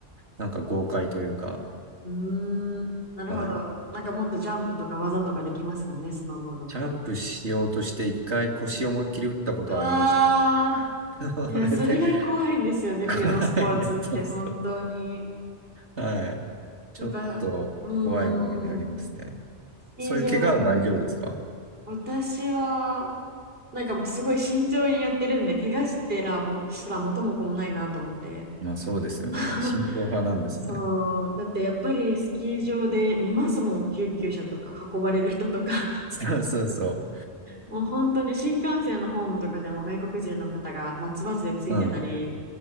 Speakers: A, on the right (about 75°); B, on the right (about 55°).
A: なんか豪快というか、
B: うーん、なるほど。
A: はい。
B: なんかもっとジャンプとか技とかできますもんね、スノーボードって。
A: ジャンプしようとして一回腰を思いっきり打ったことはありまして、
B: うわ
A: <laughs>
B: ー。いや、
A: それで、
B: それが怖いんですよね、冬のスポーツって本当に。
A: はいね、そうそうはい。ちょっと怖い思い出ありますね。
B: やっぱ、うーん、スキー場、
A: そういう怪我は大丈夫ですか
B: 私は、なんかもうすごい慎重にやってるんで、怪我してらも、したら元も子もないなと思って。
A: まあそうですよね。
B: <laughs>
A: 慎重派なんですね。
B: そう、だってやっぱりスキー場で見ますもん、救急車とか運ばれる人とか。
A: <laughs> そうそうそ
B: もう本当に新幹線のホームとかでも外国人の方が松葉杖ついてたり、
A: う。うん。